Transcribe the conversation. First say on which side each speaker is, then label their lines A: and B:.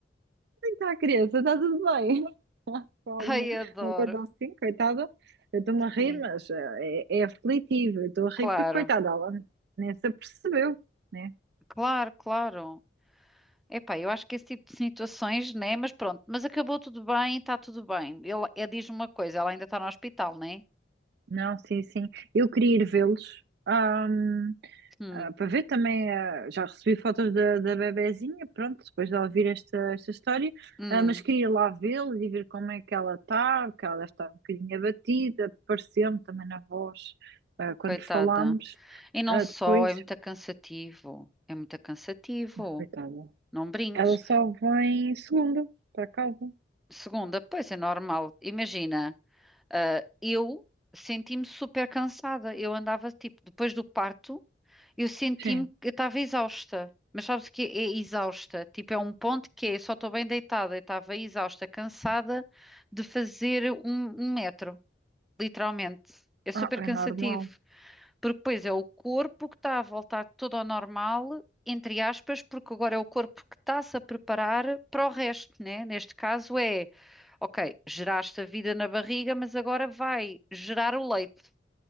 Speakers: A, on the right; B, in the centre.
A: Tá, criança, tá tudo bem? <laughs> Por alguma
B: Ai, adoro.
A: uma coisa assim, coitada. Eu estou-me a rir,
B: Sim,
A: mas eh, é, é aflitivo. Eu estou a rir
B: claro,
A: porque, coitada, ela nem se apercebeu, né?
B: claro, claro. Epá, eu acho que esse tipo de situações, né? Mas pronto, mas acabou tudo bem, está tudo bem. Ele, ele diz uma coisa, ela ainda está no hospital, né?
A: Não, sim, sim. Eu queria ir vê-los. ahm,
B: Hum,
A: ah, para ver também, ah, já recebi fotos da, da bebezinha, pronto, depois de ela ouvir esta, esta história,
B: hum,
A: ah, mas queria lá vê-los e ver como é que ela está, porque ela deve estar um bocadinho abatida, pareceu-me também na voz, ah, quando
B: coitada.
A: falámos,
B: E não
A: ah,
B: só,
A: depois.
B: é muito cansativo. É muito cansativo.
A: Coitada.
B: Não brinques.
A: Ela só vem segunda para casa.
B: Segunda, pois é normal. Imagina. Ah, eu senti-me super cansada. Eu andava, tipo, depois do parto, eu senti-me
A: Sim.
B: que eu estava exausta. Mas sabes o que é exausta? Tipo, é um ponto que é, só estou bem deitada. Eu estava exausta, cansada de fazer um, um metro, literalmente. É super
A: Ah, é
B: cansativo.
A: normal.
B: Porque depois é o corpo que está a voltar tudo ao normal, entre aspas, porque agora é o corpo que está-se a preparar para o resto, né? Neste caso é, ok, geraste a vida na barriga, mas agora vai gerar o leite.